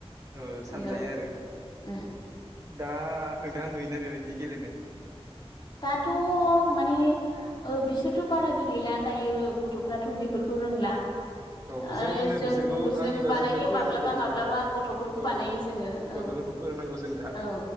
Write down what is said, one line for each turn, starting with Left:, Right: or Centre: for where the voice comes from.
Right: ओ
Left: नंगौ
Right: सानजायो आरो।
Left: उम
Right: दा नोंथाङा नुयोना बेबायदि गेलेनाय?
Left: दाथ' माने ओ बिसोरथ' बारा गेलेला दायो गथ'फ्राथ' बेफोरखौ रोंला।
Right: औ
Left: ओ
Right: जोंनो
Left: जों
Right: बिसोरखौ
Left: जों
Right: आंनिबा
Left: बानायो
Right: जोंनो फोरोंनांगौ
Left: माब्लाबा
Right: बेखौ
Left: माब्लाबा
Right: दा
Left: गथ'फोरखौ
Right: औ
Left: बानायो जोङो। औ
Right: गथ'फोरखौ फोरोंनांगौ जों दा,
Left: औ